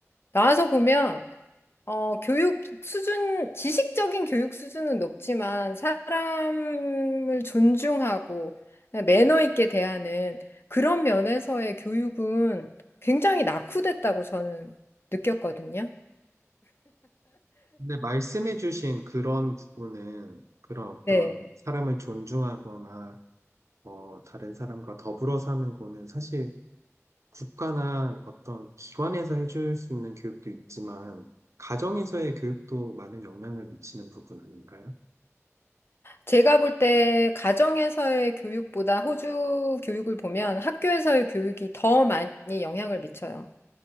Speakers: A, on the left; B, on the right.
A: 나와서 보면 어, 교육 수준, 지식적인 교육 수준은 높지만 사람을 존중하고 네, 매너 있게 대하는 그런 면에서의 교육은 굉장히 낙후됐다고 저는 느꼈거든요.
B: 근데 말씀해주신 그런 부분은 그런 어떤
A: 네.
B: 사람을 존중하거나 어, 다른 사람과 더불어 사는 거는 사실 국가나 어떤 기관에서 해줄 수 있는 교육도 있지만 가정에서의 교육도 많은 영향을 미치는 부분 아닌가요?
A: 제가 볼 때 가정에서의 교육보다 호주 교육을 보면 학교에서의 교육이 더 많이 영향을 미쳐요.